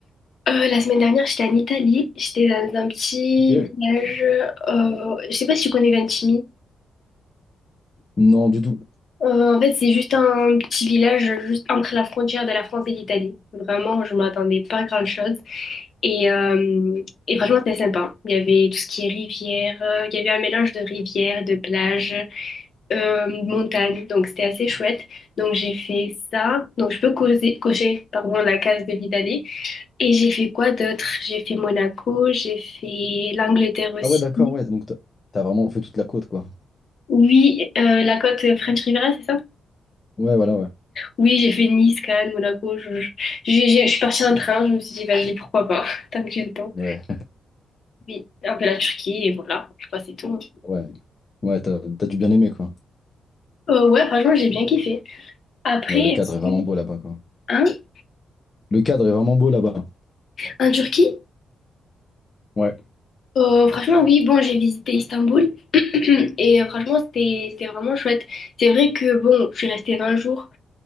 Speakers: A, on the left; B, on the left.
A: Euh, la semaine dernière, j'étais en Italie, j'étais dans un petit
B: Ok.
A: village. Euh, je sais pas si tu connais Ventimille.
B: Non, du tout.
A: Euh, en fait, c'est juste un petit village juste entre la frontière de la France et l'Italie. Vraiment, je m'attendais pas à grand-chose. Et, euh, et franchement, c'était sympa. Il y avait tout ce qui est rivière, euh, il y avait un mélange de rivière, de plage. euh, montagne, donc c'était assez chouette. Donc j'ai fait ça. Donc je peux causer- cocher, pardon, la case de l'Italie. Et j'ai fait quoi d'autre? J'ai fait Monaco, j'ai fait l'Angleterre aussi.
B: Ah ouais, d'accord, ouais. Donc, t'as t'as vraiment fait toute la côte, quoi.
A: Oui, euh, la côte French Riviera, c'est ça?
B: Ouais, voilà, ouais.
A: Oui, j'ai fait Nice, Cannes, Monaco. Je, je, j'ai- j'ai- je suis partie en train, je me suis dit, vas-y, pourquoi pas, <laughs> tant que j'ai le temps.
B: Ouais,
A: Oui, un peu la Turquie, et voilà, je crois que c'est tout. hein.
B: <laughs> ouais. Ouais, t'as t'as dû bien aimer, quoi.
A: Euh, ouais, franchement, j'ai bien kiffé. Après,
B: Ouais,
A: est-ce
B: le cadre est
A: que...
B: vraiment beau là-bas, quoi.
A: Hein?
B: Le cadre est vraiment beau là-bas.
A: En Turquie?
B: Ouais,
A: Euh, franchement, oui, bon, j'ai visité Istanbul <clears throat> et euh, franchement, c'était, c'était vraiment chouette. C'est vrai que, bon, je suis restée 20 jours.